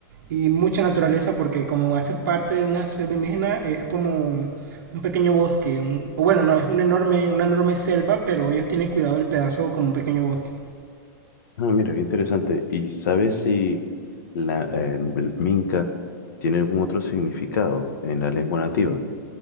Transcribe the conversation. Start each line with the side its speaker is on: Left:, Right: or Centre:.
Right: y mucha naturaleza porque como hace parte de una selva indígena es como un pequeño bosque, un- o bueno, no, es un enorme, una enorme selva, pero ellos tienen cuidado del pedazo como un pequeño bosque.
Left: Ah, mira, qué interesante. ¿Y sabes si la eh, el minca tiene algún otro significado en la lengua nativa?